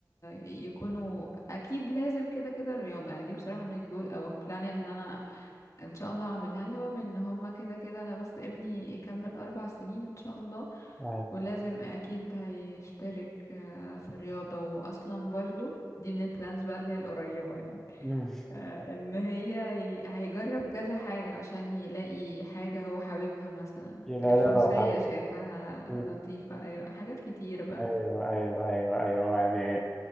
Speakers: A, on the left; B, in the centre.
A: يكونوا اكيد لازم كده كده الرياضة يعني دي بصراحة من الجول او البلان اللي انا ان شاء الله هعملها لهم ان هم كده كده انا بس ابني يكمل اربع سنين ان شاء الله
B: ايوه
A: ولازم اكيد هيشترك آه، في الرياضة واصلا برضو دي من البلانز بقى اللي هي القريبة يعني
B: مم.
A: آه، ان هي ي- هيجرب كذا حاجة عشان يلاقي حاجة هو حاببها مثلا
B: يلا
A: الفروسية
B: رياضة وحركة
A: شايفها
B: مم.
A: لطيفة ايوه حاجات كتير بقى
B: ايوه ايوه ايوه ايوه يعني